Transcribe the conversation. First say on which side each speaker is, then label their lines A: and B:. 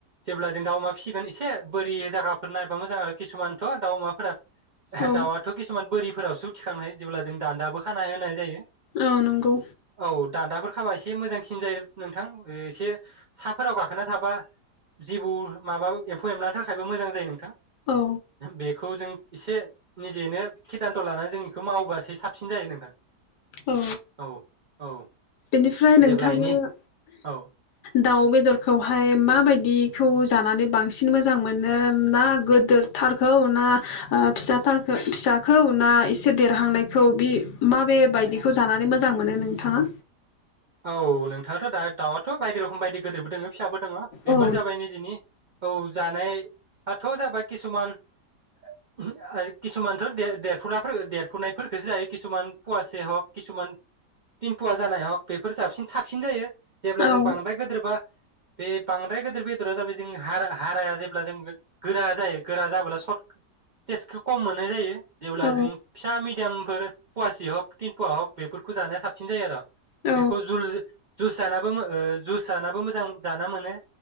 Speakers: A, on the right; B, on the left.
A: जेब्ला जों दाउ अमा फिसिगोन एसे बोरि जगाफोर नायबा मोजां आरो किसुमानथ' दाउ अमाफोरा
B: औ
A: दाउवाथ' किसुमान बोरि फोरावसो थिखांनो हायो जेब्ला जों दान्दाबो खाना होनाय जायो
B: औ नंगौ
A: औ दान्दाफोर खाबा एसे मोजांसिन जायो नोंथां एसे साहाफोराव गाखोना थाबा जेबौ माबाो एम्फौ एमला थाखायबो मोजां जायो नोंथां
B: औ
A: बेखौ जों एसे निजेनो सिदानथ' लानानै जोंनिखौ मावोबासो साबसिन जायो नोंथां
B: औ
A: औ औ
B: बेनिफ्राय नोंथाङा
A: जेब्ला इनि औ
B: दाउ बेदरखौहाय माबायदिखौ जानानै बांसिन मोजां मोनो ना गोदोरथारखौ ना ओ फिसाथारखो फिसाखौ ना एसे देरहांनायखौ बि माबे बदिखौ जानानै मोजां मोनो नोंथाङा?
A: औ नोंथाङाथ' दा दाउआथ' बायदि रोखोम बायदि गोदोरबो दोङो। फिसाबो दोङो बेफोर
B: औ
A: जाबाय निजिनि औ जानायाथ' जाबाय किसुमान ओ किसुमानथ' देरफुनाफोर देरफुनायफोरखौसो जायो किसुमान पवासे हक किसुमान तिन पुवा जानाय हक। बेफोर साबसिन साबसिन जायो। जेब्ला जों
B: औ
A: बांद्राय गोदोरबा। बे बांद्राय गेदिर बेदरा जाबाय जों हाराया जेब्ला जों गोरा जायो गोरा जाब्ला सर्ट टेस्टखौ खम मोननाय जायो। जेब्ला
B: औ
A: जों फिसा मिडियाम। फोर पवासि हक तिन पुवा हक बेफोरखौ जानाया साबसिन जायो आर'।
B: औ
A: बेखौ जुल जुस जानाबो मो ओ जुइस जानाबो मोजां जाना मोनो।